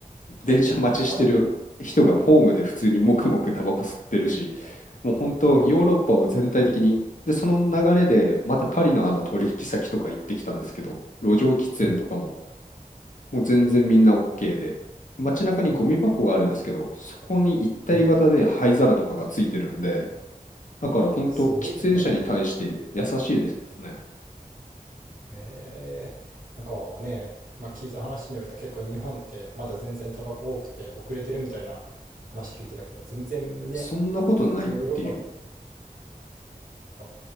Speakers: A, on the left (about 60°); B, on the right (about 65°).
A: 電車待ちしてる人がホームで普通にもくもくタバコ吸ってるし、
B: え、マジ
A: もう本当、
B: うん。
A: ヨーロッパは全体的に、で、その流れで、またパリのあの取引先とか行ってきたんですけど、路上喫煙とかも、
B: うん。
A: もう全然みんな OK で、街中にゴミ箱があるんですけど、そこに一体型で灰皿とかがついてるんで、
B: うん。
A: だから本当、
B: すごいんだね。
A: 喫煙者に対して優しいですね。
B: へえー、なんかね、まあ、聞いた話によると結構日本ってまだ全然タバコ多くて遅れてるみたいな話聞いてたけど、全然ね、
A: そんなことないっていう。
B: そのヨーロッパの方が